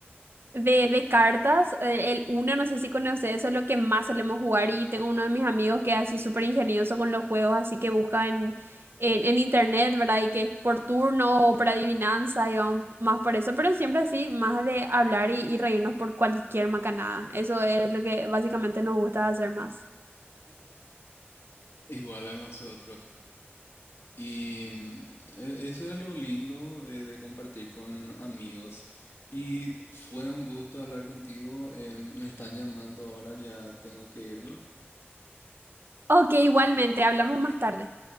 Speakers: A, on the right; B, on the left.
A: De, de cartas, eh, el uno, no sé si conoces, eso es lo que más solemos jugar y tengo uno de mis amigos que es así súper ingenioso con los juegos, así que busca en, en, en internet, ¿verdad? Y que es por turno o por adivinanza y vamos más por eso, pero siempre así, más de hablar y, y reírnos por cualquier macanada. Eso es lo que básicamente nos gusta hacer más.
B: <laughs> igual a nosotros? Y mm, e- eso es lo lindo de, de compartir con amigos. Y fue un gusto hablar contigo. eh, me me están llamando ahora, ya tengo que irme.
A: Ok, igualmente, hablamos más tarde.